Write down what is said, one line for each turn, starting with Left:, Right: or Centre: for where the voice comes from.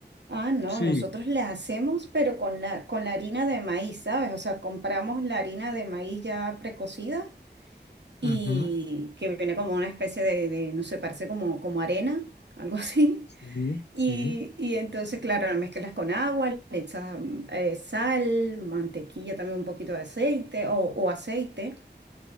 Right: Ah, no,
Left: Sí,
Right: nosotros la hacemos, pero con la, con la harina de maíz, ¿sabes? O sea, compramos la harina de maíz ya precocida y
Left: ujú,
Right: que viene como una especie de, de, no sé, parece como, como arena, algo <laughs> así.
Left: Sí, sí,
Right: Y, y entonces, claro, la mezclas con agua, le echas mm, eh, sal, mantequilla, también un poquito de aceite o, o aceite.